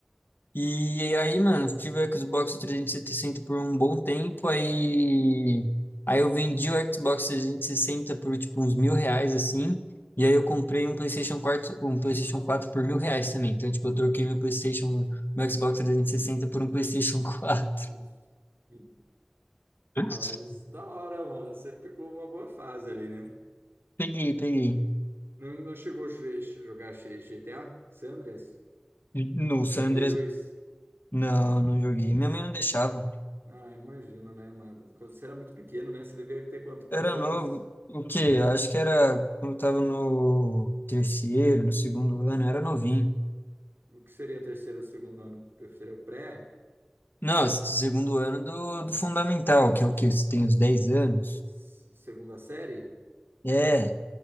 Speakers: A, on the left (about 55°); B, on the right (about 60°).
A: e aí, mano, eu tive o Xbox 360 por um bom tempo, aí aí eu vendi o Xbox 360 por tipo uns mil reais assim, e aí eu comprei um PlayStation quatro um PlayStation quatro por mil reais também. Então, tipo, eu troquei meu PlayStation, meu Xbox 360 por um PlayStation quatro
B: <laughs> hum.
A: <laughs>
B: Ah, mas da hora, mano. Você pegou uma boa fase ali, né?
A: Peguei, peguei.
B: Não, não chegou a jo- jogar GTA San Andreas
A: No
B: no, no
A: San
B: Play
A: Andreas,
B: 2?
A: não, não joguei. Minha mãe não deixava.
B: Ah, imagino, né, Mas Quando você era muito pequeno, né? Você devia ter quanto? Quatro
A: Era
B: anos?
A: novo. O quê? Eu Acho que era quando eu tava no terceiro, no segundo ano, eu era novinho.
B: O que seria terceiro ou segundo ano? Seria o pré?
A: Não, segundo ano do, do fundamental, que é o que você tem os 10 anos.
B: S- Segunda série?
A: É,